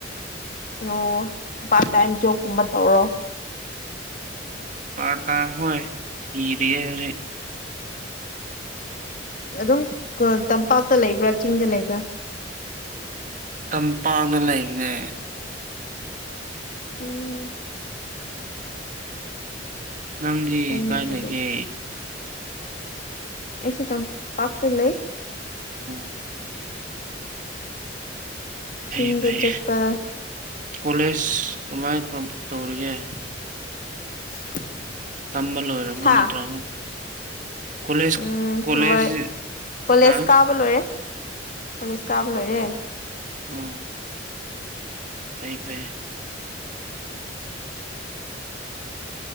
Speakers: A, on the left; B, on the right.
A: ꯑꯣ ꯄ꯭ꯥꯔꯠ ꯇꯥꯏꯝ ꯖꯣꯞ ꯀꯨꯝꯕ ꯇꯧꯔꯣ
B: ꯄ꯭ꯥꯔꯠ ꯇꯥꯏꯝ ꯍꯣꯏ ꯊꯤꯔꯤꯌꯦ ꯍꯧꯖꯤꯛ
A: ꯑꯗꯨꯝ ꯇꯝꯄꯥꯛꯇ ꯂꯩꯕ꯭ꯔꯥ ꯆꯤꯡꯗ ꯂꯩꯕ꯭ꯔꯥ
B: ꯇꯝꯄꯥꯛꯅ ꯂꯩꯕꯅꯦ
A: ꯎꯝ
B: ꯅꯪꯗꯤ
A: ꯐꯩꯅꯦ
B: ꯀꯥꯏ
A: ꯑꯗꯨꯗꯤ
B: ꯂꯩꯒꯦ
A: ꯑꯩꯁꯨ ꯇꯝ ꯄꯥꯛꯇ ꯂꯩ
B: ꯎꯝ ꯐꯩ
A: ꯆꯤꯡꯗ
B: ꯐꯩ
A: ꯆꯠꯄ
B: ꯀꯣꯂꯦꯖ ꯀꯃꯥꯏ ꯇꯧꯔꯤꯒꯦ
A: <unintelligible>
B: ꯇꯝꯕ ꯂꯣꯏꯔꯕꯣ
A: ꯍꯥ
B: ꯅꯠꯇ꯭ꯔꯒ ꯀꯣꯂꯦꯖ
A: ꯎꯝ
B: ꯀꯣꯂꯦꯖ
A: ꯂꯣꯏ ꯀꯣꯂꯦꯖ
B: ꯍꯥ
A: ꯀꯥꯕ ꯂꯣꯏꯔꯦ ꯀꯣꯂꯦꯖ ꯀꯥꯕ ꯂꯣꯏꯔꯦ
B: ꯎꯝ ꯐꯩ ꯐꯩ
A: <unintelligible>